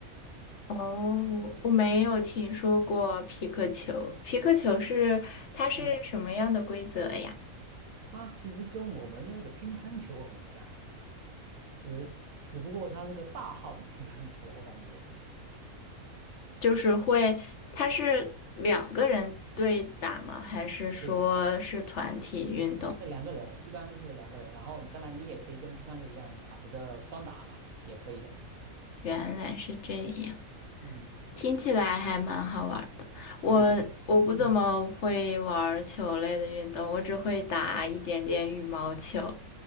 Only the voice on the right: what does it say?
嗯它其实跟我们的那个乒乓球很像。只只不过他是个大号的乒乓球，我感觉。
对他，他那两个人一般是两个人，然后当然你也可以跟乒乓球一样打这个双打嘛，也可以的。
嗯，
对，嗯，